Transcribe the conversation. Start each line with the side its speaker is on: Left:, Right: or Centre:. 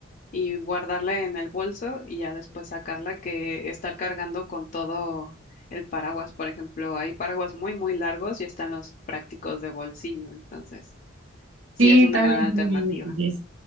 Left: y guardarla en el bolso y ya después sacarla que estar cargando con todo el paraguas. Por ejemplo, hay paraguas muy, muy largos y están los prácticos de bolsillo. Entonces, sí
Right: Sí,
Left: es una
Right: también
Left: gran alternativa.
Right: son muy útiles.